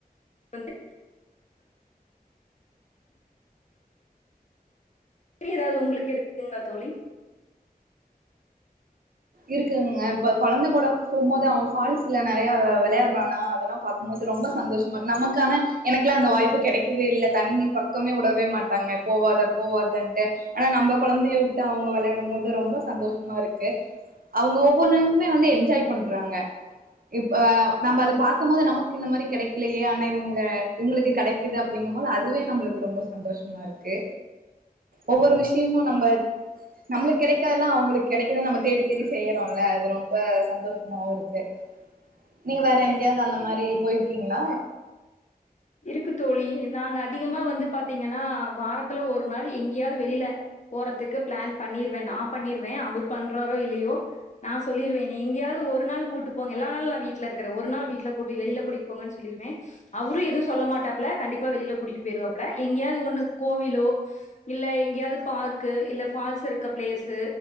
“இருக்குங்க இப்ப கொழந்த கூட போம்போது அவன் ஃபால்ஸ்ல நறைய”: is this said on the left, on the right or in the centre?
Right